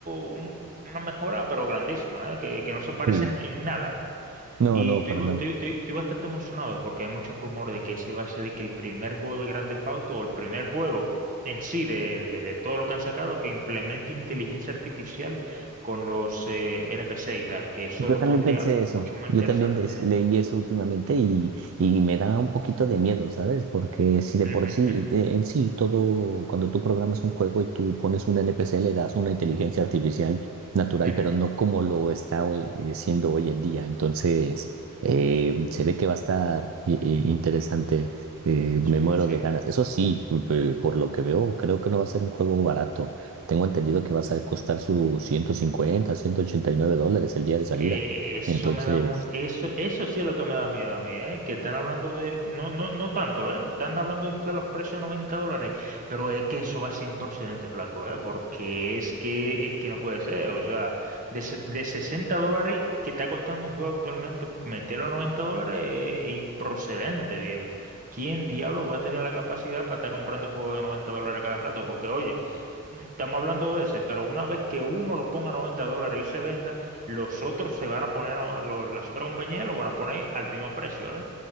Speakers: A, on the right; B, on the right.
A: un- una mejora pero grandísima, ¿eh? Que, que no se parecen
B: Sí.
A: en nada.
B: No,
A: Y
B: no,
A: estoy,
B: para nada.
A: estoy- estoy- estoy bastante emocionado porque hay muchos rumores de que ese va a ser de que el primer juego de Grand Theft Auto o el primer juego en sí de, de- de todo lo que han sacado que implemente inteligencia artificial con los eh, NPC y tal, que eso
B: Yo
A: lo
B: también
A: pondría
B: pensé eso,
A: mucho más
B: yo
A: interesante,
B: también es-
A: ¿eh?
B: leí eso últimamente y, y me da un poquito de miedo, ¿sabes? Porque si de por
A: Ujú,
B: sí,
A: ujú,
B: eh, en sí, todo, cuando tú programas un juego y tú pones un NPC, le das una inteligencia artificial natural,
A: ujú,
B: pero no
A: ujú.
B: como lo está hoy- eh, siendo hoy en día. Entonces, eh, se ve que va a estar eh, eh, interesante, eh, me
A: Sí,
B: muero
A: sí.
B: de ganas. Eso sí, eh, por lo que veo, creo que no va a ser un juego barato. Tengo entendido que vas a costar sus 150, 189 dólares el día de salida.
A: Eh, Eso
B: Entonces,
A: me da mucho, eso, eso sí es lo que me da miedo a mí, ¿eh? Que están hablando de, no, no, no tanto, ¿eh? Están hablando de inflar los precios a 90 dólares, pero es que eso va sin procedente, flaco, ¿eh? Porque es que, es que no puede ser, o sea, de, se- de 60 dólares que está costando un juego actualmente, meterlo a 90 dólares es, es improcedente, viejo. ¿Quién diablo va a tener la capacidad para estar comprando juegos de 90 dólares cada rato? Porque, oye, estamos hablando de ese, pero una vez que uno lo ponga a 90 dólares y se venda, los otros se van a poner, a- lo- las otras compañías lo van a poner al mismo precio, ¿eh?